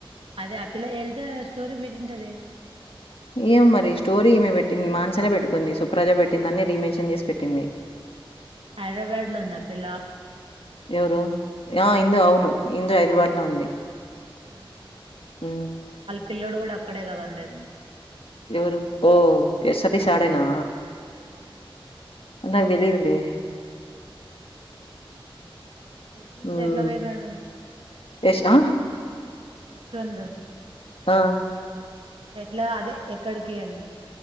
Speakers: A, on the right; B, on the left.
A: అదే అ పిల్ల ఎళ్తే స్టోరి పెట్టుంటదే
B: ఏమో మరి స్టోరీ ఈమె పెట్టింది మాన్సనే పెట్టుకుంది సుప్రాజా పెట్టిందన్ని రీమెన్షన్ చేసి పెట్టింది
A: <inaudible> హైదరాబాద్ లో ఉంది ఆ పిల్ల ఇందు
B: ఎవరు ఆ ఇందు అవును ఇందు హైదరాబాద్ లో ఉంది
A: హ
B: ఉ
A: పిల్లోడు కూడా అక్కడే కదండి
B: ఎవరు ఓ ఏ సతీష్ అడేనా
A: ఉ
B: నాకు తెలియదు లె
A: యశ్వంత్
B: హ్మ్
A: ఎట్లా పోయినాడు
B: యష్ ఆ
A: యశ్వంత్
B: ఆ
A: ఎట్లా అదే ఎక్కడికి అని